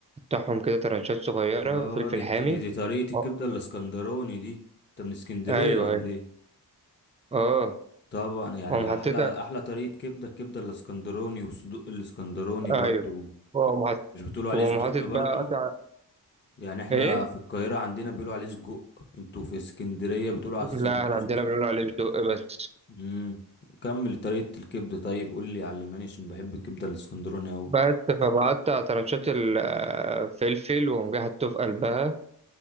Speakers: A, on the right; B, on the left.
A: أقطعهم كده ترنشات صغيرة
B: اه
A: فلفل
B: دي, دي
A: حامي
B: دي طريقه الكبده
A: أه.
B: الاسكندراني دي انت من اسكندريه
A: أيوه
B: ولا
A: أيوه
B: ايه
A: أه
B: طبعا يعني
A: وأقوم حاططها
B: احلى احلى طريقه كبده الكبده الاسكندراني والصدوق الاسكندراني برضو
A: أيوه وأقوم حاطط
B: مش بتقولوا عليه
A: وأقوم
B: صدق
A: حاطط
B: برضو
A: بقى قطع
B: يعني احنا
A: إيه
B: في القاهره عندنا بيقولوا عليه سجق انتوا في اسكندريه بتقولوا على
A: لا
B: السجق
A: احنا عندنا
B: صدق
A: بنقول عليه صدق بس
B: امم كمل طريقه الكبده طيب قول لي علماني عشان بحب الكبده الاسكندراني قوي
A: بس فبقطع ترنشات الفلفل وقوم جاي حاطه في قلبها